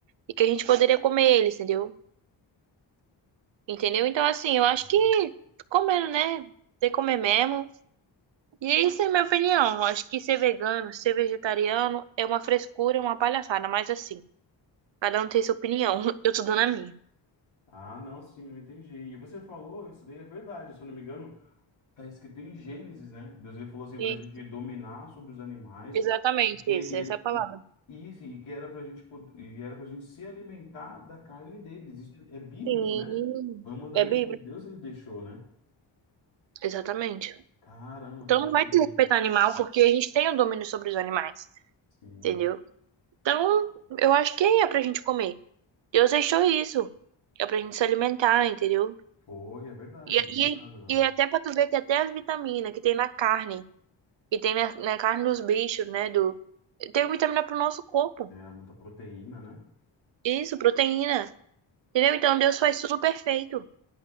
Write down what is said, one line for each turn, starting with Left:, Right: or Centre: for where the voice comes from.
Right: e que a gente poderia comer eles, entendeu? Entendeu? Então, assim,
Left: Uhum.
Right: eu acho que comendo, né? Tem que comer mesmo. E é isso é minha opinião. Eu acho que ser vegano, ser vegetariano é uma frescura, é uma palhaçada, mas assim, cada um tem sua opinião. <laughs> Eu tô dando a minha.
Left: Ah, não, sim, eu entendi. E você falou, isso daí é verdade. Se eu não me engano, tá escrito em Gênesis, né? Deus ele falou assim
Right: E,
Left: pra gente dominar sobre os animais
Right: exatamente
Left: e que e,
Right: isso, essa é a palavra.
Left: e, e, isso, e que era pra gente pod- e era pra gente se alimentar da carne deles. Isso é bíblico,
Right: Sim,
Left: né? Foi um mandamento
Right: é bíblico.
Left: que Deus ele deixou, né?
Right: Exatamente.
Left: Caramba,
Right: Então
Left: que
Right: não
Left: doideira.
Right: vai ter respeito ao animal, porque a gente tem o domínio sobre os animais,
Left: Sim.
Right: entendeu? Então, eu acho que é pra gente comer. Deus deixou isso. É pra gente se alimentar, entendeu?
Left: Foi, é verdade,
Right: E, e,
Left: bem lembrado agora.
Right: e é até pra tu ver que até as vitaminas que tem na carne, que tem na, na carne dos bichos, né? Do, tem vitamina pro nosso corpo.
Left: É muita proteína, né?
Right: Isso, proteína. Entendeu? Então Deus faz tudo perfeito.